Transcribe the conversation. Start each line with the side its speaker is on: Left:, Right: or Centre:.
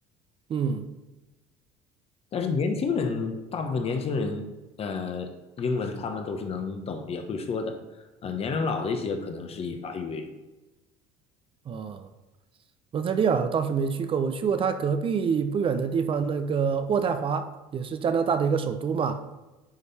Right: 嗯。
Left: 但是年轻人，大部分年轻人，呃，英文他们都是能懂，也会说的。呃，年龄老的一些可能是以法语为主。
Right: 哦，蒙特利尔我倒是没去过，我去过它隔壁不远的地方，那个渥太华也是加拿大的一个首都嘛。